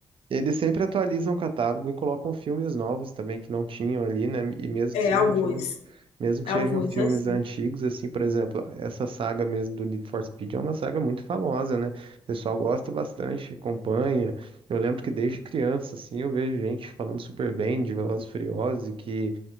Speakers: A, on the right; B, on the left.
A: E Eles sempre atualizam o catálogo e colocam filmes novos também que não tinham ali, né? E mesmo
B: É,
A: que sejam
B: alguns.
A: filmes, mesmo que
B: Alguns,
A: sejam filmes
B: é sim.
A: antigos, assim, por exemplo, essa saga mesmo do Need for Speed é uma saga muito famosa, né? O pessoal gosta bastante, acompanha. Eu lembro que desde criança, assim, eu vejo gente falando super bem de Velozes e Furiosos e que